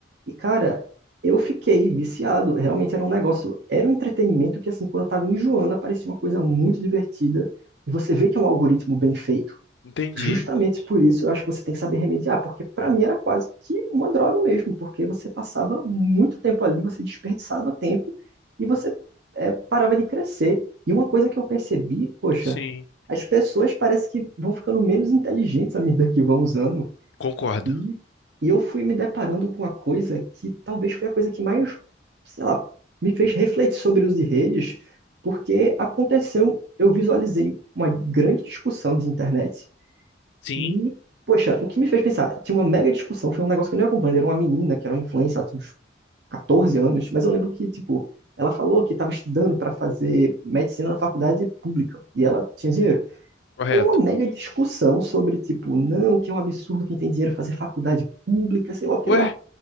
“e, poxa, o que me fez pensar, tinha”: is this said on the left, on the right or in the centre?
Right